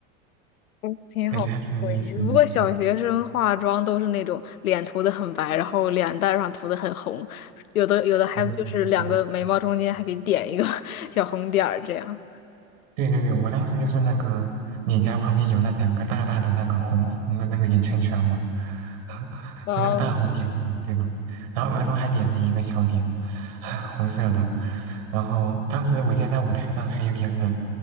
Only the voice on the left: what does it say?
嗯，挺好回忆的不过小学生化妆都是那种脸涂的很白，
然后脸蛋儿上涂的很红，有的有的还就是两个眉毛中间还给点一个
<laughs> 小红点儿这样。
哇哦，